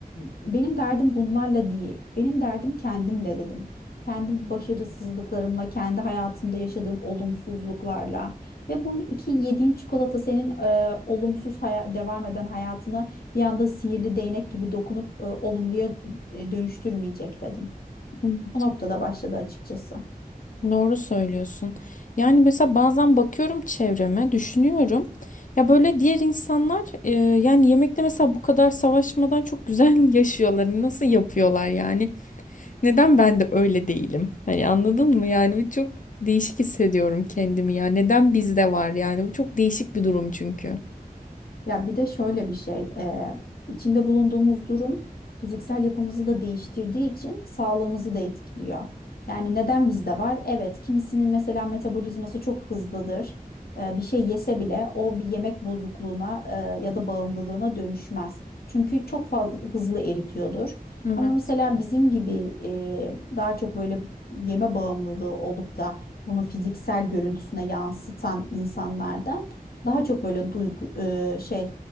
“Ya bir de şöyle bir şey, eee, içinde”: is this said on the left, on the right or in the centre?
Left